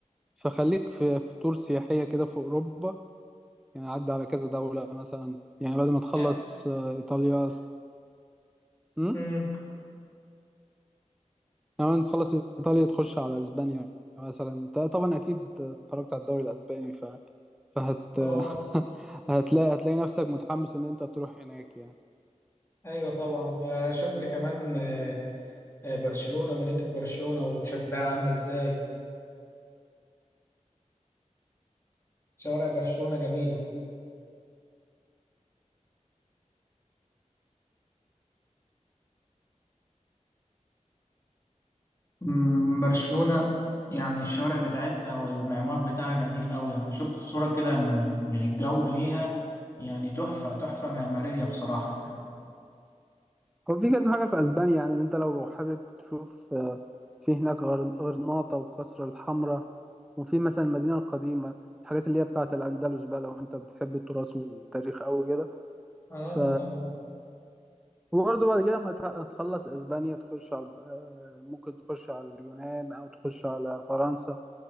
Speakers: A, in the centre; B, on the left (about 20°).
A: فخليك في في تور سياحية كده في أوروبا يعني عدى على كذا دولة مثلا يعني بعد ما تخلص
B: يا
A: آه، إيطاليا امم
B: امم
A: يعني بعد ما تخلص إيطاليا تخش على أسبانيا مثلا أنت طبعا أكيد اتفرجت على الدوري الأسباني ف... فهت
B: اه
A: <laughs> هتلاقي هتلاقي نفسك متحمس إن أنت تروح هناك يعني
B: ايوه طبعا آه، شفت كمان آه، آه، برشلونة مدينة برشلونة وشكلها عامل ازاي شوارع برشلونة جميلة مم، برشلونة يعني الشوارع بتاعتها والمعمار بتاعها جميل قوي يعني شفت صورة كده من من الجو ليها يعني تحفة تحفة معمارية بصراحة يعني
A: هو في كذا حاجة في أسبانيا يعني إن أنت لو حابب تشوف آه، في هناك غر- غرناطة والقصر الحمراء وفي مثلا المدينة القديمة الحاجات اللي هي بتاعة الأندلس بقى لو أنت بتحب التراث والتاريخ أوي كده
B: اه
A: ف
B: طبعا
A: وبرضه بعد كده ما تح- تخلص أسبانيا تخش على الب- آه، ممكن تخش على اليونان أو تخش على فرنسا